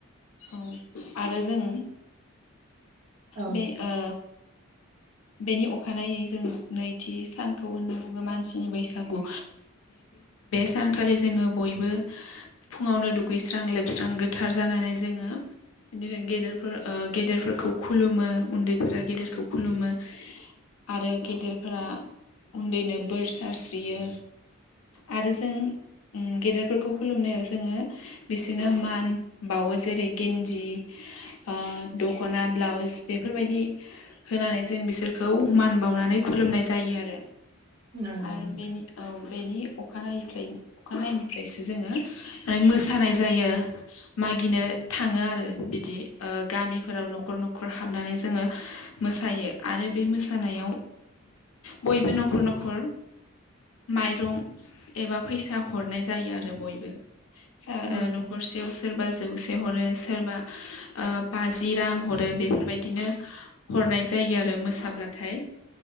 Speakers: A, on the left (about 75°); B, on the right (about 55°).
A: औ आरो जों
B: औ
A: बे ओ बेनि अखानायै ज नैथि सानखौ होननानै बुङो मानसिनि बैसागु सानखालि जों जोङो बयबो फुङावनो दुगैस्रां लोबस्रां गोथार जानानै जोङो बिदिनो गेदेरफोर गेदेरफोरखौ खुलुमो उन्दैफोरा गेदेरखौ खुलुमो आरो गेदेरफोरा उन्दैनो बोर सारस्रियो आरो जों गेदेरफोरखौ खुलुमनायाव जोङो बिसोरनो मान बाावो जेरै गेन्ज ओ दख'ना ब्लाउस बेफोरबायदि होनानै जों बिसोरखौ मान बावनानै खुलुमनाय जायो आरो
B: नंगौ
A: आरो
B: नोंथां
A: बेनि औ बेनि अखानाय ओमफ्राय अखानायनिफ्रायसो जोङो माने मोसानाय जायो मागिनो थाङो आरो बिदि गामिफोराव न'खर न'खर हाबनानै जोङो मोसायो आरो बे मोसानायाव बयबो नखर न'खर माइरं एबा फैसा हरनाय जायो आरो बयबो स
B: नंगौ
A: न'खरसेयाव सोरबा जौसे हरो सोरबा बाजि रां हरो बेफोरबायदिनो ह हरनाय जायो आरो मोसाब्लाथाय